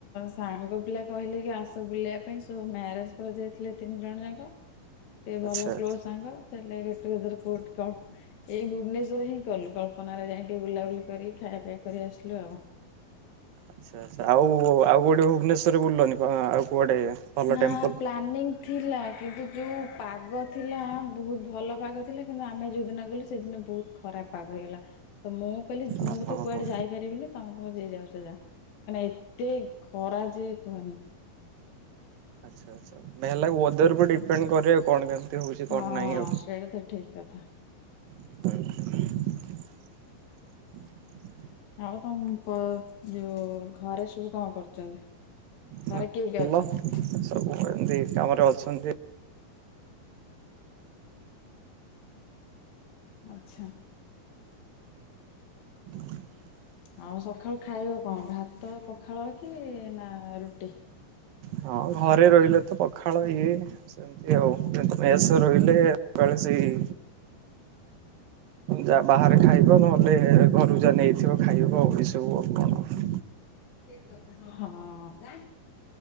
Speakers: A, on the left (about 75°); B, on the right (about 75°).
A: ସାଙ୍ଗ ପିଲା କହିଲେ କି ଆସ ବୁଲିବା ପାଇଁ ସୋ ମ୍ୟା ମ୍ୟାରେଜ କରିଯାଇଥିଲେ ତିନି ଜଣ ଯାକ ଟିକେ
B: ଆଚ୍ଛା
A: ଭଲ
B: ଆଚ୍ଛା
A: କ୍ଲୋଜ ସାଙ୍ଗ ସେଇଥିଲାଗି କ୍ଲୋଜ୍ ରେ କୋଟ କଲ୍ଫ ଏଇ ଭୁବନେଶ୍ୱର ହିଁ କଲୁ କଳ୍ପନାରେ ଯାଇ ଟିକେ ବୁଲାବୁଲି କରିକି ଖାଇବା ପିଇବା କରି ଆସିଲୁ ଆଉ।
B: ଆଚ୍ଛା ଆଚ୍ଛା ଆଉ ଆଉ କୋଠି ଭୁବନେଶ୍ଵରରେ ବୁଲିଲନି କଣ ଆଉ କୁଆଡେ? ଭଲ
A: ନା
B: ଟେମ୍ପଲ
A: ପ୍ଲାନିଂ ଥିଲା। କିନ୍ତୁ ଯୋଉ ପାଗ ଥିଲା ବହୁତ ଭଲ ପାଗ ଥିଲା କିନ୍ତୁ ଆମେ ଯୋଉଦିନ ଗଲୁ ସେଦିନ ବହୁତ ଖ ଖରାପ ପାଗ ହେଇଗଲା ତ ମୁଁ କହିଲି
B: ହଁ
A: ମୁଁ
B: ହଁ
A: ତ କୁଆଡେ
B: ହଁ।
A: ଯାଇପାରିବିନି ତମେ ତମେ ଯିଏ ଯାଉଛ ଯା ମାନେ ଏତେ ଖରା ଯେ କୁହନି?
B: ଆଚ୍ଛା ଆଚ୍ଛା, ମେ ହେଲା ୱେଦର ଡିପେଣ୍ଡ କରେ ଆ କଣ କେମିତି? ହଉଛି କଣ
A: ହଁ
B: ନାହିଁ ଆଉ।
A: ସେଇଟା ତ ଠିକ କଥା
B: ହ
A: ଆଉ ତମ ପ ଯୋଉ ଘରେ ସବୁ କଣ କରୁଛନ୍ତି
B: ଭଲ
A: ଘରେ କିଏ କିଏ ଅଛନ୍ତି?
B: ସବୁ ଏମିତି କାମରେ ଅଛନ୍ତି।
A: ଆଚ୍ଛା
B: <inaudible>
A: ଆଉ ସକାଳୁ ଖାଇବ କଣ ଭାତ ପଖାଳ କି ନା ରୁଟି
B: ହଁ ଘରେ ରହିଲେ ତ ପଖାଳ ଇଏ ସେମିତି ଆଉମ ମେସ ରହିଲେ ସେଇ ଯା ବାହାରେ ଖାଇବ ନହେଲେ ଘରୁ ଯାହା ନେଇଥିବ ଖାଇବ ଆଉ ଏ ସବୁ ଆଉ କଣ
A: ଠିକ କଥା ହଁ ହଁ